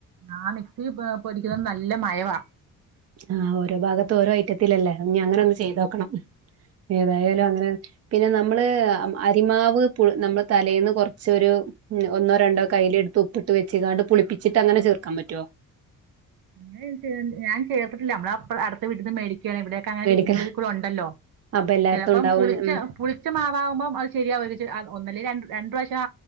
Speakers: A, on the right (about 80°); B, on the right (about 45°).
A: ആഹ്‌, മിക്സിയിൽ പൊടിക്കുന്നത് നല്ല മയവാ.
B: ആഹ്, ഓരോ ഭാഗത്തും ഓരോ ഐറ്റത്തില ല്ലേ, ഇനിയങ്ങനെയൊന്നു ചെയ്തു നോക്കണം. ഏതായാലും അങ്ങനെ തന്നെ പിന്നെ, നമ്മളരിമാവ് പു നമ്മളുതലേന്നു കുറച്ചൊരു ഉം. ഒന്നോ രണ്ടോ കയ്യിലെടുത്ത് ഉപ്പിട്ടു വെച്ച തുപുളിപ്പിച്ചിട്ടങ്ങനെ ചേർക്കാൻ പറ്റുവോ?
A: അങ്ങനെ എന്ന് വെച്ച, ഞാൻ ചേർത്തിട്ടില്ല, നമ്മളപ്പുറെ, അടുത്ത വീട്ടിൽ നിന്നു മേടിക്കുകയാണിവിടെ ക്ക, അങ്ങനെ
B: മേടിക്ക
A: വീടുകളിൽ കൂടെയുണ്ടല്ലോ,
B: അപ്പൊ എല്ലായിടത്തും
A: ചിലപ്പം
B: ഉണ്ടാവും
A: പുളിച്ച, പുളി പുളിച്ച മാവാകുമ്പോം അതു ശരിയാവും, ഒന്നല്ലേ ര രണ്ടു പ്രാവശ്യം